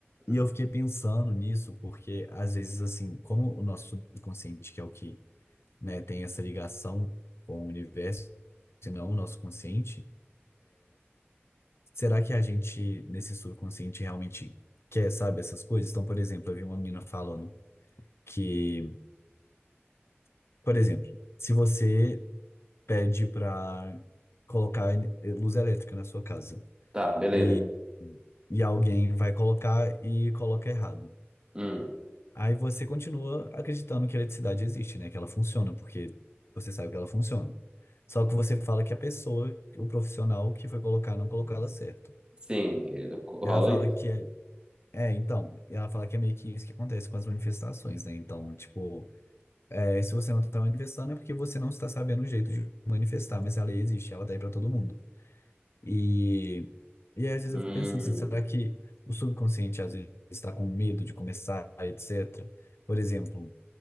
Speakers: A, on the left (about 70°); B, on the right (about 25°).
A: e
B: hum.
A: eu fiquei pensando nisso, porque às vezes, assim, como o nosso subconsciente, que é o que, né, tem essa ligação com o universo, se não o nosso consciente será que a gente, nesse subconsciente, realmente quer, sabe, essas coisas? Então, por exemplo, eu vi uma menina falando que, por exemplo, se você pede para colocar en- eh, luz elétrica na sua casa
B: Tá, beleza.
A: e, e alguém vai colocar e coloca errado,
B: Hum,
A: aí você continua acreditando que a eletricidade existe, né? Que ela funciona, porque você sabe que ela funciona. Só que você fala que a pessoa, o profissional que foi colocar, não colocou ela certo.
B: sim, eu- rola
A: E ela fala
B: isso.
A: que é É, então, e ela fala que é meio que isso que acontece com as manifestações, né? Então, tipo, é, se você não está manifestando é porque você não está sabendo o jeito de manifestar, mas a lei existe, ela tá aí pra todo mundo. E, e aí, às vezes
B: Hum,
A: eu fico pensando assim, será que o subconsciente às vezes está com medo de começar, etc. Por exemplo,